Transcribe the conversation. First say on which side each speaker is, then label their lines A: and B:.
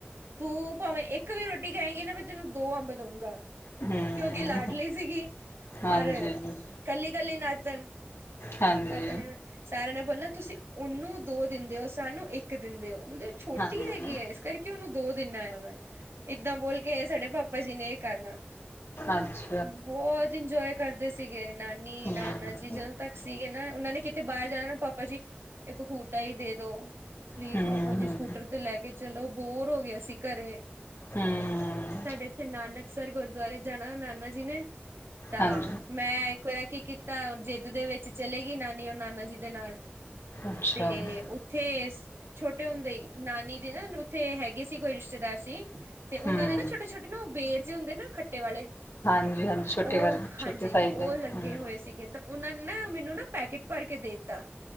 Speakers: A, on the right (about 85°); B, on the left (about 85°).
A: ਤੂੰ, ਭਾਵੇਂ ਇੱਕ ਵੀ ਰੋਟੀ ਖਾਏਂਗੀ ਨਾ, ਮੈਂ ਤੈਨੂੰ ਦੋ ਅੰਬ ਦਊਂਂਗਾ।
B: ਹਮ
A: ਕਿਉਂਕਿ ਲਾਡਲੀ ਸੀਗੀ,
B: ਹਾਂਜੀ
A: ਔਰ
B: ਹਾਂਜੀ
A: ਕੱਲੀ-ਕੱਲੀ ਨਾਤਨ।
B: ਹਾਂਜੀ।
A: ਪਾਪਾ ਜੀ ਨੇ ਸਾਰਿਆਂ ਨੇ ਬੋਲਣਾ ਤੁਸੀਂ, ਉਹਨੂੰ ਦੋ ਦਿੰਦੇ ਹੋ। ਸਾਨੂੰ ਇੱਕ ਦਿੰਦੇ ਹੋ, ਮਤਲਬ ਛੋਟੀ
B: ਹਾਂਜੀ,
A: ਹੈਗੀ ਏ, ਇਸ ਕਰਕੇ ਉਹਨੂੰ ਦੋ ਦਿਨਾਂ ਯਾਂ, ਮੈਂ। ਇਹਦਾਂ ਬੋਲ ਕੇ, ਸਾਡੇ ਭਾਪਾਜੀ ਨੇ ਇਹ ਕਰਨਾ।
B: ਅੱਛ
A: ਬਹੁਤ ਇੰਜੋਏ ਕਰਦੇ ਸੀਗੇ। ਨਾਨੀ-ਨਾਨਾ
B: ਹੂੰ, ਹੂੰ,
A: ਜੀ ਜਦ ਤੱਕ ਸੀਗੇ ਨਾ, ਉਹਨਾਂ ਨੇ ਕਿਤੇ ਬਾਹਰ ਜਾਣਾ ਨਾ, ਪਾਪਾਜੀ ਇੱਕ ਫੂਟਾ ਹੀ ਦੇਦੋ ਪਲੀਜ਼
B: ਹੂੰ,
A: ਟਰ ਤੇ ਲੈਕੇ ਚਲੋ, ਬੋਰ ਹੋਗੇ ਅਸੀ ਘਰੇ।
B: ਹੂੰ,
A: ਸਾਡੇ ਇੱਥੇ ਨਾਨਕ ਅਕਸਰ ਗੁਰਦੁਆਰੇ ਜਾਣਾ ਨਾਨਾ ਜੀ ਨੇ, ਤਾਂ
B: ਹਾਂਜੀ।
A: ਮੈਂ, ਇਕ ਵਾਰ ਕੀ ਕੀਤਾ, ਜਿੱਦ ਦੇ ਵਿੱਚ ਚਲੇਗੀ ਨਾਨੀ ਔਰ ਨਾਨਾ ਜੀ ਦੇ ਨਾਲ ਤੇ,
B: ਅੱਛਾ, ਹੂੰ,
A: ਉੱਥੇ ਛੋਟੇ ਹੁੰਦੇ ਹੀ ਨਾਨੀ ਉੱਥੇ ਹੈਗੇ ਸੀ, ਕੋਈ ਰਿਸ਼ਤੇਦਾਰ ਤੇ, ਉਹਨਾਂ
B: ਹੂੰ।
A: ਦੇ ਨਾ ਛੋਟੇ-ਛੋਟੇ ਨਾ ਬੇਰ ਜੇ ਹੁੰਦੇ ਨਾ, ਓ ਖੱਟੇ ਵਾਲੇ
B: ਹਾਂਜੀ, ਹਾਂਜੀ ਛੋਟੇ
A: ਉਹ,
B: ਵਾਲੇ ਛੋਟੇ
A: ਹਾਂਜੀ।
B: ਸਾਈਜ਼
A: ਉਹ,
B: ਦੇ
A: ਲੱਗੇ
B: ਹੂੰ
A: ਹੋਏ ਸੀਗੇ। ਤਾਂ ਉਹਨਾਂ ਨੇ ਨਾ, ਮੈਨੂੰ ਨਾ ਪੈਕੇਟ ਭਰ ਕੇ ਦੇਤਾ,